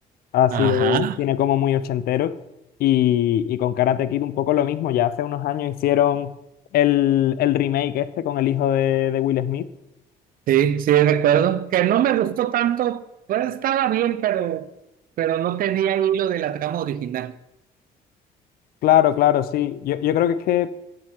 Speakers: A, on the left (about 65°); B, on the right (about 55°).
A: así
B: Ajá.
A: de cine como muy ochentero, y, y con Karate Kid un poco lo mismo. Ya hace unos años hicieron el, el remake este con el hijo de, de Will Smith.
B: Sí, sí, recuerdo que no me gustó tanto, pues estaba bien, pero, pero no tenía hilo de la trama original.
A: Claro, claro, sí. Yo, yo creo que es que